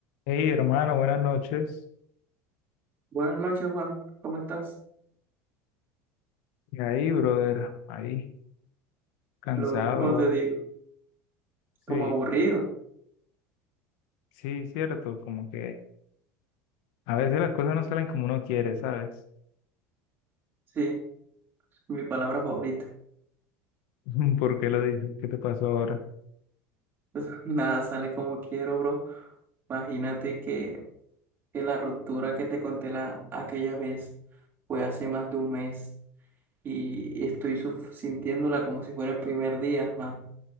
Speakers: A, on the left (about 70°); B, on the right (about 30°).
A: Hey, hermano, buenas noches.
B: Buenas noches, Juan. ¿Cómo estás?
A: Y ahí, brother, ahí, cansado.
B: Lo mismo te digo.
A: Sí,
B: Como aburrido.
A: sí, cierto, como que a veces las cosas no salen como uno quiere, ¿sabes?
B: Sí, mi palabra favorita.
A: <laughs> ¿Por qué lo dices? ¿Qué te pasó ahora,
B: <laughs> Nada sale como quiero, bro. Imagínate que, que la ruptura que te conté la, aquella vez fue hace más de un mes y estoy suf- sintiéndola como si fuera el primer día, man.